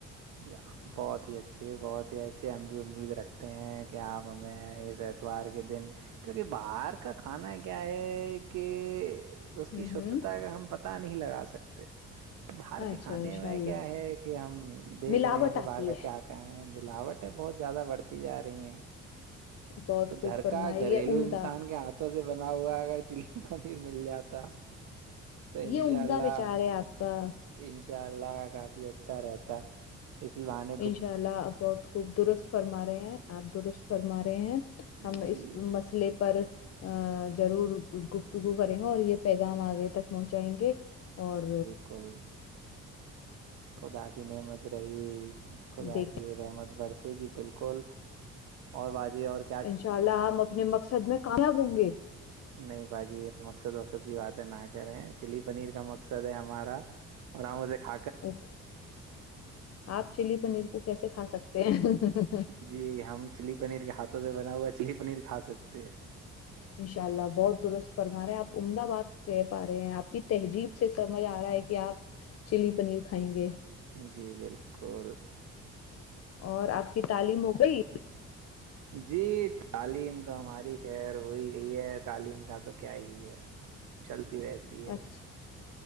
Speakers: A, on the right; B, on the left.
A: یا <inaudible> بہت ہی اچھی بہت ہی اچھے ہم بھی امید رکھتے ہیں کہ آپ ہمیں ہیں اس اتوار کے دن کیونکہ باہر کا کھانا کیا ہے کہ اس کی
B: ہ
A: شدھتا
B: ہ
A: کا ہم پتاہ نہیں لگا سکتے باہر کے
B: اچھا
A: کھانے
B: انشاء
A: میں
B: اللہ
A: کیا ہے کہ ہم دیکھ
B: ملاوٹ
A: رہے ہیں کہ
B: آتی
A: باہر
B: ہے
A: کا کیا ملاوٹیں بہت زیادہ بڑھتی جا رہی ہیں
B: بہت
A: تو
B: خوب
A: گھر
B: فرمائی
A: کا گھریلو
B: یہ عمدہ
A: انسان کیا آتا توں سے بنا ہوا اگر چلی پنیر مل جاتا <unintelligible> تو انشاء
B: یہ عمدہ
A: اللہ
B: وچار ہے آپ کا
A: انشاء اللہ کافی اچھا رہتا اسی واہن
B: انشاء اللہ اب بہت خوب درست فرما رہے ہیں آپ درست فرما رہے ہیں ہم
A: جی
B: اس مسئلے پہ پر ا ضرور گفتگو کریں گا اور یہ پیغام آگے تک پہنچائیں گے اور
A: بل خدا کی نعمت رہی خدا
B: دیکھ
A: کی رحمت برسے کی بالکل اور واازی اور کی
B: انشاء اللہ ہم اپنے مقصد میں کامیاب ہوں گے
A: نہیں بھا جی مقصد وقصد کی باتیں نہ کریں چلی پنیر کا مقصد ہے ہمارا اوررام سے کھ
B: اوکے آپ چلی پنیر کو کیسے کھا سکتے ہیں
A: جی ہم چلی پنیر کے ہاتھوں سے بنا ہوا ہے چلی پنیر کھا سکتے ہیں
B: انشاء اللہ بہت درست فرمارے ہیں آپ عمدہ باد کہہ پا رہے ہیں آپ کی تہذیب سے سمجھ آ رہا ہے کہ آپ چلی پنیر کھائیں گے
A: جی بالکل
B: اور آپ کی تعلیم ہو گئی
A: جی تعلیم تو ہماری خیر ہوئی گئی ہے تعلیم کا تو کیا ہی ہے چلتی رہتی ہے
B: اچھا